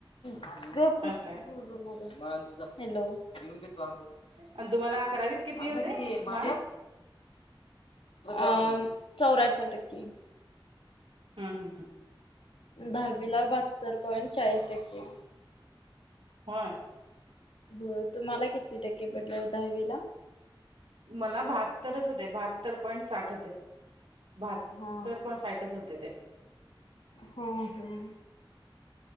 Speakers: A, on the left (about 80°); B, on the right (about 85°).
A: भाग प्रश्
B: असं आहे
A: पूर्ण मग तुझ हॅलो लऊन देतो अ
B: आणि तुम्हाला अकरावीत
A: अंदा
B: होते
A: किती
B: मार्क?
A: माझ अ चौऱ्याहत्तर टक्के
B: हम् हम् हम
A: दहावी ला बहात्तर पॉइंट चाळीस टक्के
B: हा
A: हो तुम्हाला किती टक्के पडले दहावी ला
B: मला बहात्तरच होते बहात्तर पॉईंट साठ होते भात
A: हा
B: तर पण साईटच होते ते
A: होम हम्